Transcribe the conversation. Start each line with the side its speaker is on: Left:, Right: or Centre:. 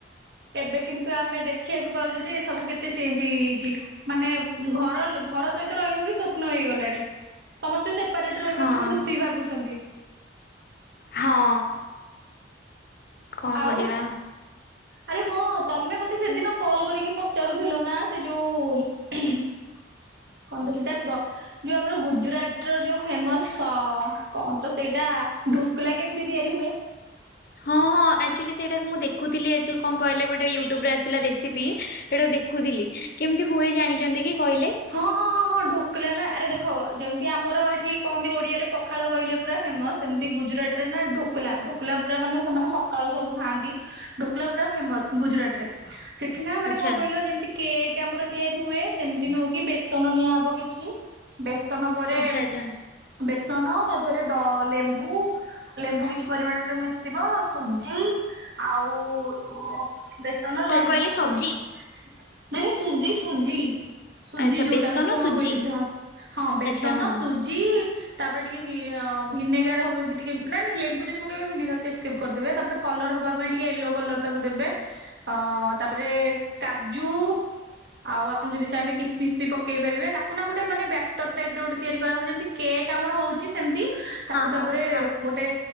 Right: ଏବେ କିନ୍ତୁ ଆମେ ଦେଖିବାକୁ ପାଉଛୁ ଯେ ସବୁ କେତେ ଚେଞ୍ଜ ଜ ହେଇଯାଇଛି। ମାନେ ଘର ଘର ସହିତ ରହିବା ବି ସ୍ୱପ୍ନ ହେଇଗଲାଣି! ସମସ୍ତେ ସେ ସେପାରେଟ ରହିବାକୁ
Left: ହଁ
Right: ଖୁସି ଭାବୁଛନ୍ତି!
Left: ହଁ। କଣ
Right: ଆଉ?
Left: କରିବା
Right: ଆରେ ହଁ! ତମେ ମତେ ସେଦିନ କଲ କରିକି ପଚାରୁଥିଲ ନା ସେ ଯୋଉ କଣ ତ ସେଟା ଯୋଉ ଆମର ଗୁଜୁରାଟ ର ଯୋଉ ଫେମସ କଣ ତ ସେଇଟା ଢୋକଲା କେମିତି ତିଆରି ହୁଏ?
Left: ହଁ ହଁ। ଆକ୍ଚୁଆଲି ସେଇଟା ବି ମୁଁ ଦେଖୁଥିଲି। ଆ ଯୋଉ କଣ କହିଲ ଗୋଟେ ୟୁଟ୍ୟୁବ ରେ ଆସିଥିଲା ରେସିପି ସେଇଟା ଦେ ଖୁ ଥିଲି। କେମିତି ହୁଏ ଜାଣିଛନ୍ତି କି କହିଲେ?
Right: ହଁ ହଁ ହଁ ହଁ। ଢୋକଲା ନା! ଆରେ ଦେଖ। ଯେମିତି ଆମର ଏଠି କହନ୍ତି ଓଡିଆରେ ପଖାଳ କହିଲେ ପୁରା ଫେମସ। ସେମିତି ଗୁଜୁରାଟ ରେ ନା ଢୋ ଢୋକ ଢୋକଲା ପୁରା ମାନେ ସେମାନେ ସକାଳୁ ସବୁ ଖାଆନ୍ତି। ଢୋକଲା ପୁରା ଫେମସ ଗୁଜୁରାଟରେ। ସେଠି ନା ମାନେ
Left: ଆଚ୍ଛା
Right: କଣ କହିଲ ଯେମିତି କେକ୍ ଆମର ତିଆରି ହୁଏ? ସେମିତି ନୁହଁ। ଟିକି ବେସନ ନିଆ ହବ କିଛି। ବେସନ ପରେ
Left: ଆଚ୍ଛା ଆଚ୍ଛା
Right: ବେସନ ତା ଦେହରେ ଦ ଅ ଲେମ୍ବୁ ଲେମ୍ବୁ କିଛି ପରିମାଣରେ ମିଶିବ ସୁଜି ଆଉ ବେସ୍ ସନ
Left: କଣ
Right: ଲେମ୍ବୁ
Left: କହିଲେ ସବଜି?
Right: ସୁଜ୍ ନାଇଁ ନାଇଁ ସୁଜି ସୁଜି। ସୁଜି
Left: ଆଚ୍ଛା
Right: ଯୋଉଟା
Left: ବେସନ
Right: ଉପମା
Left: ସୁଜି
Right: ହୁଏ ଯେମତି ହଁ ହଁ ବେସନ,
Left: ଆଚ୍ଛା ହଁ ହଁ
Right: ସୁଜି। ତାପରେ ଟିକେ ଭି ର ଭିନେଗାର ହବ ଯଦି ଟିକେ ନାଇଁ ନାଇଁ ଲେମ୍ବୁ ଯଦି ପକେଇବେ ଭିନେଗାର କୁ ଟିକେ ସ୍କିପ୍ କରିଦେବେ ତାପରେ କଲର୍ ହବା ପାଇଁ ଟିକେ ୟେଲୋ କଲର୍ ତାକୁ ଦେବେ ଅ ତାପରେ କାଜୁ ଆଉ ଆପଣ ଯଦି ଚାହିଁବେ କିସମିସ୍ ବି ପକେଇ ପାରିବେ। ତାକୁ ନା ଗୋଟେ ମାନେ ବ୍ୟାଟର୍ ଟାଇପ୍ ର ଗୋଟେ ତିଆରି କରାହବ। ଯେମିତି କେକ୍ ଆମର ହଉଚି ସେମତି। ତାକୁ
Left: ହଁ
Right: ତାପରେ
Left: ହଁ ହଁ।
Right: ଗୋଟେ